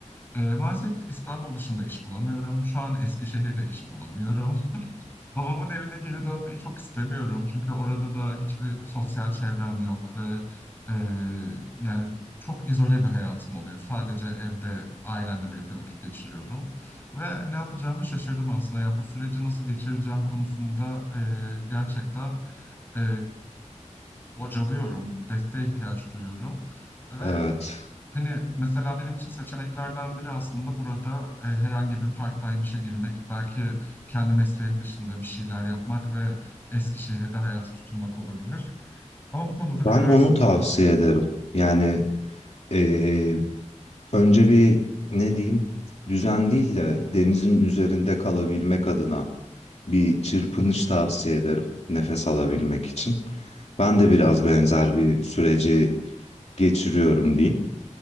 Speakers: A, on the left (about 15°); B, on the left (about 60°).
A: E, maalesef İstanbul dışında iş bulamıyorum. Şu an Eskişehir'de iş bulamıyorum. <laughs> Babamın evine geri dönmeyi çok istemiyorum. Çünkü orada da hiçbir sosyal çevrem yok ve e, yani çok izole bir hayatım oluyor. Sadece evde ailemle birlikte vakit geçiriyorum. Ve ne yapacağımı şaşırdım aslında. Yani bu süreci nasıl geçireceğim konusunda e, gerçekten... e, bocalıyorum, desteğe ihtiyaç duyuyorum. Ve
B: Evet.
A: hani mesela benim için seçeneklerden biri aslında burada e, herhangi bir part-time işe girmek, belki kendi mesleğim dışında bir şeyler yapmak ve Eskişehir'de hayatı tutunmak olabilir. Ama bu konuda da
B: Ben
A: kararsızım.
B: onu tavsiye ederim. Yani eee, önce bir ne diyeyim? Düzen değil de denizin üzerinde kalabilmek adına bir çırpınış tavsiye ederim. Nefes alabilmek için. Ben de biraz benzer bir süreci geçiriyorum diyeyim.